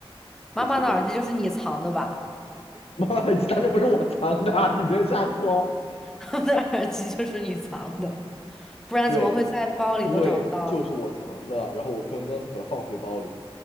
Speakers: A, in the centre; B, on the left.
A: 妈妈的耳机就是你藏的吧？
B: 我错了，<laughs> 妈妈，鸡蛋那不是我藏的啊，你别瞎说。
A: <laughs> 我的耳机就是你藏的，不然怎么会在包里都找不到呢？
B: 对，对，就是我藏的，然后我刚刚才把它放回包里。